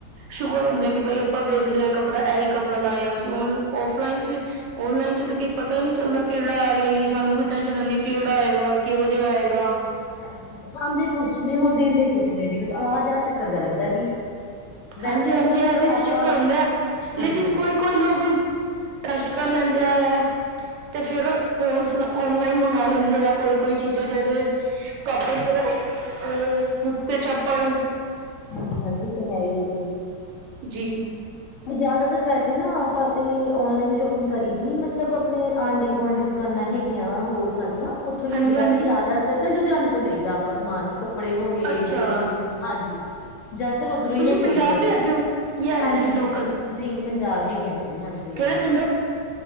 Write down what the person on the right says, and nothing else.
ਸ਼ੁਕਰ ਹੁੰਦਾ ਕਿ ਬਾਈ ਆਪਾਂ ਵੇਖ ਲਿਆ ਕੱਪੜਾ ਇਹੀ ਕੱਪੜਾ ਲਾਇਆ ਆ ਅਸੀ, ਹੁਣ ਔਫਲਾਈਨ ਚ' ਔਨਲਾਈਨ ਚ ਤਾਂ ਕਈ ਪਤਾ ਹੀ ਨਹੀਂ ਚੱਲਦਾ ਕਿਹੜਾ ਆ ਰਿਹਾ ਸਾਨੂੰ ਵੀ ਟੈਨਸ਼ਨ ਰਹਿੰਦੀ, ਕਿਹੜਾ ਆਏਗਾ ਕਿਹੋ ਜਿਹਾ ਆਏਗਾ।
ਹਾਂਜੀ ਹਾਂਜੀ,
ਇਹੋ ਹੀ ਤਾਂ
ਚੱਕਰ ਹੁੰਦਾ ਐ,
ਲੇਕਿਨ ਕੋਈ ਕੋਈ ਲੋਕ ਟਰਸਟ ਕਰ ਲੈਂਦੇ ਆ ਹੈ, ਤੇ ਫੇਰ ਕੋ ਓਨਲਾਈਨ ਮੰਗਵਾ ਲੈਂਦੇ ਆ ਕੋਈ- ਕੋਈ ਚੀਜ਼ਾਂ, ਜੈਸੇ ਕੱਪੜੇ ਹੋ ਗਏ ਤੇ ਚੱਪਲ
ਜੀ।
ਹਾਂਜੀ
ਹਾਂਜੀ
ਅੱਛਾ
ਤੁਸੀਂ
ਪੰਜਾਬ
ਦੇ ਹੈਗੇ ਹੋ ਜਾਂ ਇੱਧਰ
ਹੀ
ਲੋਕਲ
ਕਿਹੜੇ ਪਿੰਡੋਂ